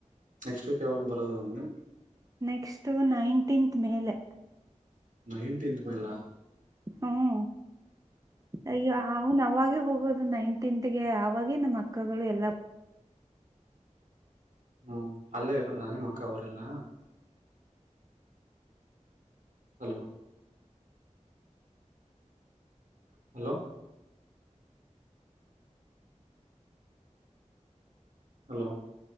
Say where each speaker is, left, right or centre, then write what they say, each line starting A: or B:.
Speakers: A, on the right (about 85°); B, on the right (about 30°).
A: ನೆಕ್ಸ್ಟ್ ವೀಕ್ ಯವಾಗ ಬರೋದು ಅಂದೆ.
B: ನೆಕ್ಸ್ಟು ನೈನ್ಟೀನ್ತ್ ಮೇಲೆ
A: ನೈಟಿಂತ್ ಮೇಲಾ,
B: ಹ್ಮ್ ಅಯ್ಯೋ ಅವನ ಅವಾಗೆ ಹೋಗೋದು ನೈನಟಿಂತಗೆ ಅವಾಗೆ ನಮ್ಮ ಅಕ್ಕಗಳು ಎಲ್ಲ
A: ಹ್ಮ್ ಅಲ್ಲೇ ಇರೋದಾ ನಿಮ್ಮ ಅಕ್ಕ ಅವರೆಲ್ಲಾ. ಹಲೋ. ಹಲೋ ಹಲೋ